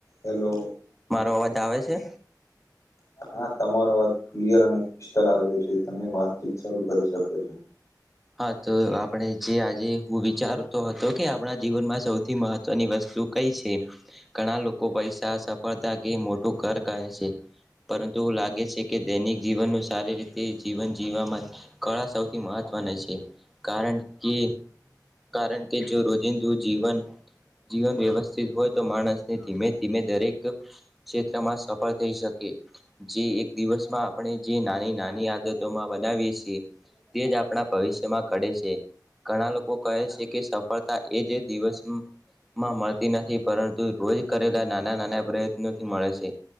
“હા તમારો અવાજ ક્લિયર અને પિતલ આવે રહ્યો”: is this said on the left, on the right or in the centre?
Left